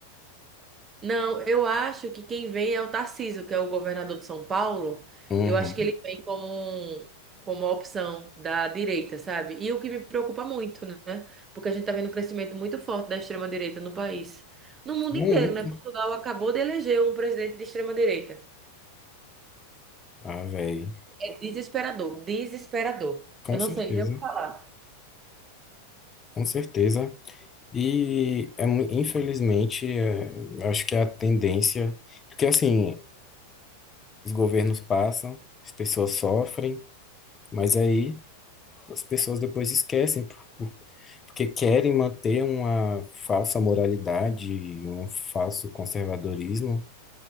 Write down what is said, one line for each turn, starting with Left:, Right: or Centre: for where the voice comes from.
Right: Não, eu acho que quem vem é o Tarcísio, que é o governador de São Paulo.
Left: Uhum.
Right: Eu acho que ele vem como, um- como uma opção da direita, sabe? E o que me preocupa muito, né? Porque a gente tá vendo um crescimento muito forte da extrema-direita no país. No mundo
Left: Muito.
Right: inteiro, né? Portugal acabou de eleger um presidente de extrema-direita.
Left: Ah, velho.
Right: É desesperador, desesperador.
Left: Com
Right: Eu não
Left: certeza.
Right: sei nem o que falar.
Left: Com certeza. E, é, mu- infelizmente, é, acho que é a tendência. Porque, assim, os governos passam, as pessoas sofrem, mas aí as pessoas depois esquecem, porque querem manter uma falsa moralidade, um falso conservadorismo,